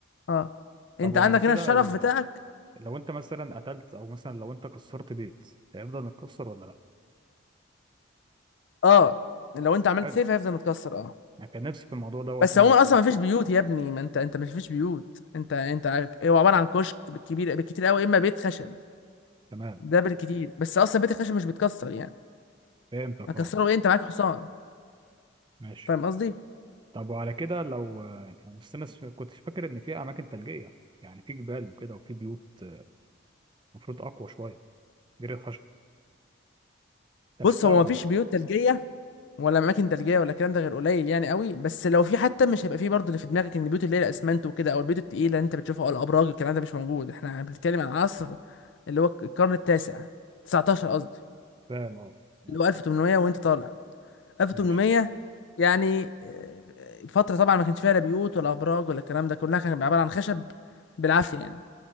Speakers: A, on the left; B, on the right.
A: اه
B: طب
A: انت
B: وعلى
A: عندك
B: كده
A: هنا الشرف
B: ال-
A: بتاعك
B: لو انت مثلا قتلت او مثلا لو انت كسرت بيت هيفضل متكسر ولا لا
A: اه لو انت عملت
B: حلو
A: سيف هيفضل متكسر اه
B: انا كان نفسي في الموضوع دوت
A: بس
B: ينزل
A: عموما
B: في
A: اصلا
B: جاتا
A: ما فيش بيوت يا ابني ما انت انت مش فيش بيوت انت انت عارف- هو عباره عن كشك بالكبير بالكتير قوي اما بيت خشب
B: تمام
A: ده بالكتير بس اصلا بيت الخشب مش بيتكسر يعني
B: فهمتك
A: هكسره
B: اه
A: ايه انت معاك حصان
B: ماشي
A: فاهم قصدي
B: طب وعلى كده لو يعني بس انا س- كنت فاكر ان في اماكن ثلجية يعني في جبال وكده وفي بيوت المفروض اقوى شويه جري الخشب انت
A: بص
B: لعبتها
A: هو
B: ولا
A: ما فيش
B: لا
A: بيوت ثلجيه ولا اماكن ثلجيه ولا الكلام ده غير قليل يعني قوي بس لو في حتى مش هيبقى فيه برضه اللي في دماغك ان البيوت اللي هي الاسمنت وكده او البيوت التقيله اللي انت بتشوفها او الابراج الكلام ده مش موجود احنا بنتكلم عن عصر اللي هو القرن التاسع 19 قصدي
B: فاهم اه تمام
A: اللي هو 1800 وانت طالع 1800
B: ماشي
A: يعني آه، فترة طبعا ما كانش فيها لا بيوت ولا ابراج ولا الكلام ده كلها كان عبارة عن خشب بالعافية يعني